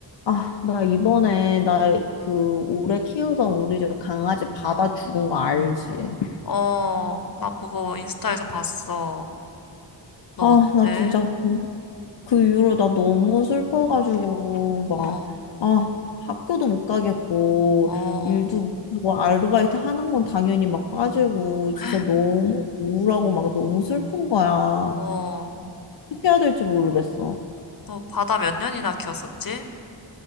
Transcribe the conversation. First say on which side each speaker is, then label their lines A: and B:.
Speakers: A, on the left; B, on the left.
A: 아, 나 이번에 나 그 오래 키우던 우리 집 강아지 받아 죽은 거 알지?
B: 어, 나 그거 인스타에서 봤어. 너
A: 아,
B: 어때?
A: 나 진짜 그, 그 이후로 나 너무 슬퍼가지고 막
B: 어,
A: 아, 학교도 못 가겠고
B: 어,
A: 일도 못 하고 아르바이트 하는 건 당연히 막 빠지고
B: <gasps>
A: 진짜 너무 우울하고 막 너무 슬픈 거야. 아,
B: 어.
A: 어떻게 해야 될지 모르겠어.
B: 너 바다 몇 년이나 키웠었지?